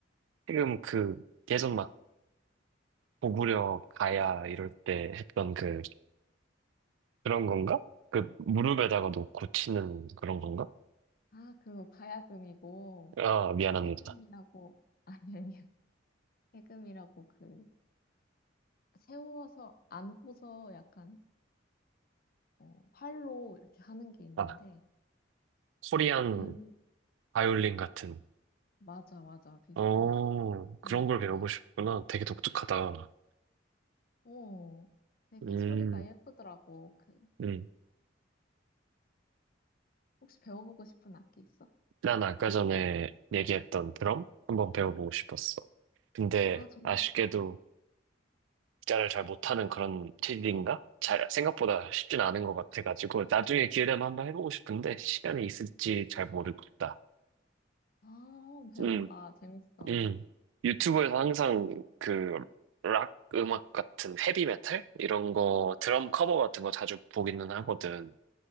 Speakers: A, on the right; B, on the left.
A: 해금 그 예전 막 고구려 가야 이럴 때 했던 그 그런 건가? 그 무릎에다가 놓고 치는 그런 건가?
B: 아, 그거 가야금이고,
A: 아 미안합니다.
B: 해금이라고, <laughs> 아니, 아니야. 해금이라고 그, 세워서, 안고서 약간 어, 활로 이렇게 하는 게 있는데,
A: 아 코리안
B: 그,
A: 바이올린 같은
B: 맞아, 맞아. 비슷한
A: 어
B: 비슷한
A: 그런
B: 느낌이야.
A: 걸 배우고 싶구나. 되게 독특하다.
B: 오, 되게
A: 음,
B: 소리가 예쁘더라고. 그,
A: 음.
B: 혹시 배워보고 싶은 악기 있어?
A: 난 아까 전에 얘기했던 드럼 한번 배워보고 싶었어. 근데
B: 아, 정말?
A: 아쉽게도 기타를 잘 못하는 그런 체질인가? 잘 생각보다 쉽진 않은 것 같아가지고 나중에 기회 되면 한번 해보고 싶은데 시간이 있을지 잘 모르겠다.
B: 아, 한번 배워봐.
A: 음.
B: 재밌어.
A: 음. 유튜브에서 항상 그 락 음악 같은 헤비메탈 이런 거 드럼 커버 같은 거 자주 보기는 하거든.